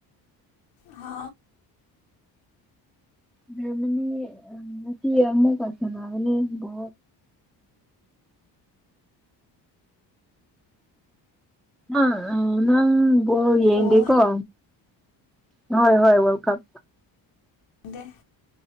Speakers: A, on the left; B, in the centre.
A: ꯍꯥ
B: ꯃꯃꯅꯤ ꯉꯁꯤ ꯑꯃꯨꯛꯀ ꯁꯥꯟꯅꯕꯅꯦ ꯕꯣ ꯑ ꯑ ꯅꯪꯣ ꯌꯦꯡ
A: ꯕꯣꯜ
B: ꯗꯀꯣ ꯍꯣꯏ ꯍꯣꯏ ꯋꯥꯔꯜ ꯀꯞ
A: ꯗ